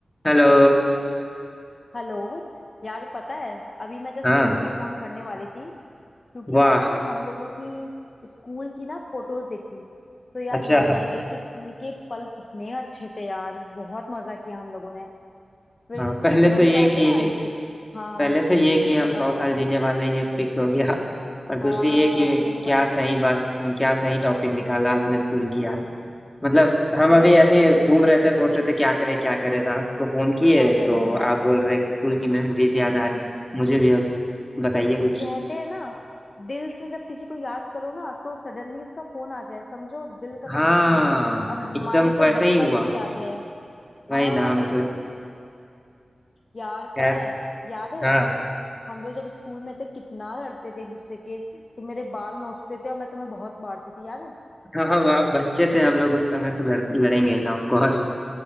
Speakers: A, on the left (about 20°); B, on the left (about 50°).
A: Hello
B: हेलो यार पता है अभी मैं जस्ट
A: हाँ
B: तुम्हें ही फोन करने वाली थी क्योंकि
A: वाह
B: मैंने ना हम लोगों की स्कूल की ना फोटोज देखी तो यार
A: अच्छा
B: याद आ गए कि स्कूल के पल कितने अच्छे थे यार बहुत मजा किया हम लोगों ने फिर
A: हाँ पहले
B: वही
A: तो ये
B: बात
A: कि
B: है ना द- हाँ
A: पहले तो ये कि हम
B: बताओ
A: सौ
B: बताओ
A: साल जीने वाले हैं, ये फिक्स हो गया और
B: हाँ
A: दूसरी ये कि
B: सही बात
A: क्या सही
B: है
A: बात क्या सही टॉपिक निकाला आपने स्कूल किया मतलब हम
B: वही
A: अभी ऐसे
B: तो
A: घूम रहे थे सोच रहे थे क्या करें क्या करें तो आपको फोन किए
B: क्या करें
A: तो
B: हाँ
A: आप बोल रहे हैं कि स्कूल की मेमोरीज याद आ रही है। मुझे भी अब बताइए कुछ
B: कहते हैं ना दिल से जब किसी को याद करो ना तो सडनली उसका फोन आ जाए समझो दिल का
A: हाँ
B: कनेक्शन है और हमारी
A: एकदम
B: तो
A: वैसे
B: बचपन
A: ही हुआ
B: की यादें हैं हाँ
A: वही ना हम
B: वही
A: तो
B: तो यार
A: खैर
B: पता है याद है
A: हाँ
B: हम लोग जब स्कूल में थे कितना लड़ते थे एक दूसरे के तुम मेरे बाल नोचते थे और मैं तुम्हें बहुत मारती थी याद है
A: हाँ हम आप बच्चे थे हम लोग उस समय तो लड़, लड़ेंगे ही ना ऑफ कोर्स